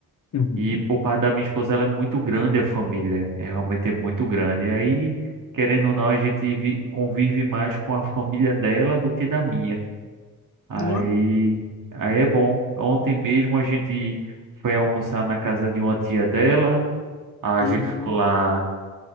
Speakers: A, on the left; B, on the right.
A: Uhum.
B: E por parte da minha esposa, ela é muito grande a família. É realmente é muito grande. E aí, querendo ou não, a gente vi- convive mais com a família dela do que da minha. Aí,
A: Uhum.
B: aí é bom. Ontem mesmo a gente foi almoçar na casa de uma tia dela. A
A: Uhum.
B: gente ficou lá